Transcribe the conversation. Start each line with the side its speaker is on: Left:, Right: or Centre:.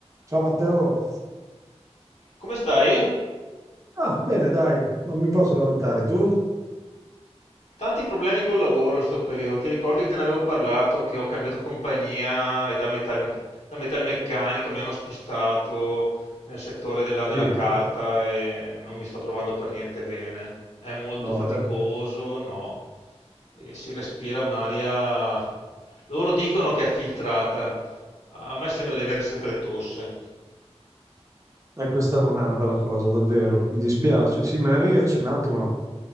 Right: Ciao Matteo.
Left: Come stai?
Right: Ah, bene, dai, non mi posso lamentare. Tu?
Left: Tanti problemi col lavoro in questo periodo. Ti ricordi che te ne avevo parlato, che ho cambiato compagnia e da metal, da metalmeccanico mi hanno spostato nel settore della,
Right: Sì,
Left: della carta e non mi sto trovando per niente bene. È molto
Right: no,
Left: faticoso,
Right: eh.
Left: no. E si respira un'aria... Loro dicono che è filtrata. A me sembra di avere sempre tosse.
Right: Eh, questa non è una bella cosa, davvero. Mi dispiace. Sì, me ne avevi accennato, ma